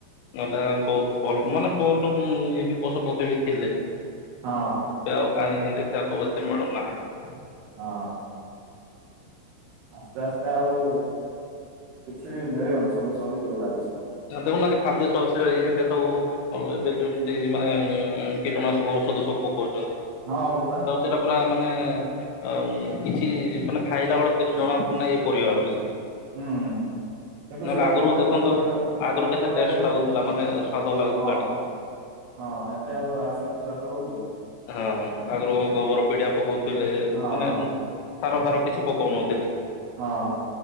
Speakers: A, on the left; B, on the right.
A: ନହେଲେ ବହୁତ ଭଲ ମାନେ ଭଲ ଇଏ ବି ପଦ୍ ପଦେବି ବି ଥିଲେ
B: ହଁ
A: ସେ ଆଉ <unintelligible> ନାହାନ୍ତି।
B: ହଁ। ଆସ୍ତେ ଆସ୍ତେ ଆଉ କିଛି ବି ମିଳିବନି ସବୁ ସରିଯିବ ଲାଗୁଚି।
A: ନ ଦେବୁ ନଅ ଖାଦ୍ୟ ଶସ୍ୟ ଇଏରେ ସବୁ ଆଉ ଏବେ ଯେମିତି ମାନେ କୀଟନାଶକ ଔଷଧ ସବୁ ପକଉଚନ୍ତି <unintelligible>
B: ହଁ ପରା
A: ତ ସେଇଟା ପୁରା ମାନେ ଆଉ କିଛି ମାନେ ଖାଇଲା ବେଳକୁ କିଛି ଜଣା ପଡୁନାହିଁ ଏ ପରିବା ବୋଲି
B: ହୁଁ କିନ୍ତୁ
A: ନହେଲେ
B: ସେଇଟା
A: ଆଗରୁ
B: ପରେ
A: ଦେଖନ୍ତୁ
B: ପରେ
A: ଆଗରୁ
B: ସେଇଟା
A: କେତେ
B: ପରେ
A: ଟେଷ୍ଟ ଲାଗୁଥିଲା ମାନେ ସ୍ଵାଦ ଲାଗୁଥିଲା
B: ହଁ
A: ଟିକେ
B: ହଁ ଏବେ ଆଉ ସେମିତି ସ୍ୱାଦ ହଉଚି
A: ହଁ, ଆଗରୁ ଗୋବର ପିଡିଆ ପକଉଥିଲେ
B: ହଁ
A: ମାନେ
B: ହଁ
A: ସାର ଫାର କିଛି ପକଉନଥିଲି।
B: ହଁ